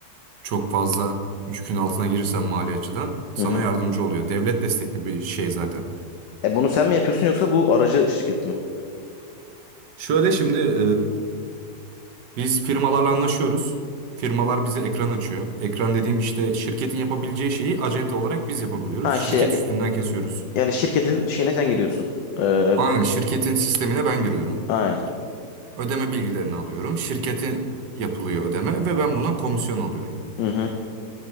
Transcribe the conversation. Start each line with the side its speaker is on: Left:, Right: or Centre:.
Right: çok fazla yükün altına girirsen mali açıdan sana
Left: Hı hı.
Right: yardımcı oluyor. Devlet destekli bir şey zaten.
Left: E bunu sen mi yapıyorsun yoksa bu aracı şirket mi?
Right: Şöyle şimdi e, biz firmalarla anlaşıyoruz. Firmalar bize ekran açıyor. Ekran dediğim işte şirketin yapabileceği şeyi acente olarak biz yapabiliyoruz.
Left: Ha işte
Right: Şirket
Left: e,
Right: üstünden kesiyoruz.
Left: yani şirketin şeyine sen gidiyorsun. Ee,
Right: Aynen şirketin sistemine ben giriyorum.
Left: aynen.
Right: Ödeme bilgilerini alıyorum. Şirketi yapılıyor ödeme ve ben buna komisyon alıyorum.
Left: Hı hı.